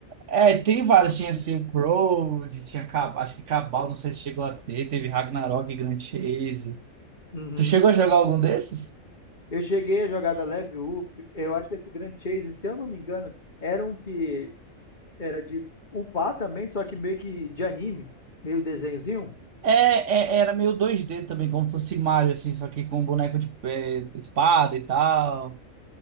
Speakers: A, on the right; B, on the left.
A: É, tem vários. Tinha Silkroad, tinha Cabal, acho que Cabal, não sei se chegou a ter. Teve Ragnarok, Grand Chase.
B: Uhum.
A: Tu chegou a jogar algum desses?
B: Eu cheguei a jogar da Level Up, eu acho que esse Grand Chase, se eu não me engano, era um que era de upar também, só que meio que de anime, meio desenhozinho.
A: É, é- era meio 2D também, como fosse Mario, assim, só que com boneco de é, espada e tal.